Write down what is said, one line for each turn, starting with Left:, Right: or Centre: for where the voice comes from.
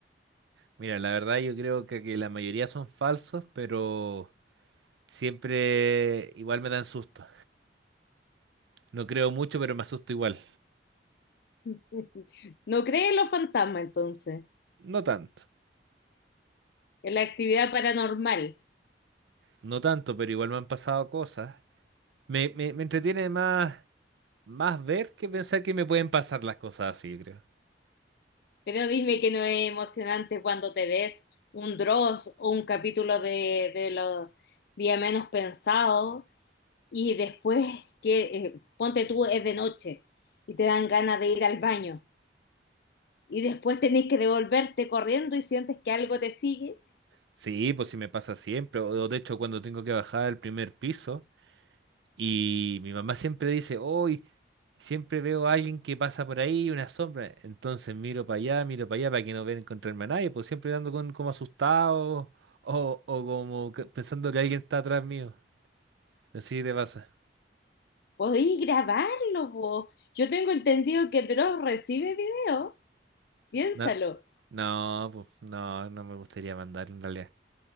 Right: Mira, la verdad yo creo que, que la mayoría son falsos, pero siempre igual me dan susto. No creo mucho, pero me asusto igual.
Left: <laughs> No crees en los fantasmas entonces,
Right: No tanto,
Left: en la actividad paranormal,
Right: no tanto, pero igual me han pasado cosas. Me, me, me entretiene más, más ver que pensar que me pueden pasar las cosas así, yo creo.
Left: pero dime que no es emocionante cuando te ves un Dross o un capítulo de, de los días menos pensados y después que eh, ponte tú es de noche y te dan ganas de ir al baño y después tenés que devolverte corriendo y sientes que algo te sigue
Right: Sí, pues sí me pasa siempre. O, o de hecho, cuando tengo que bajar al primer piso y mi mamá siempre dice, hoy siempre veo a alguien que pasa por ahí, una sombra. Entonces miro para allá, miro para allá para que no vean encontrarme a nadie, pues siempre ando con, como asustado o, o como que- pensando que alguien está atrás mío. Así te pasa.
Left: Podéis grabarlo, vos. Yo tengo entendido que Dross recibe video. Piénsalo.
Right: Na- No, pues, no, no me gustaría mandar en realidad.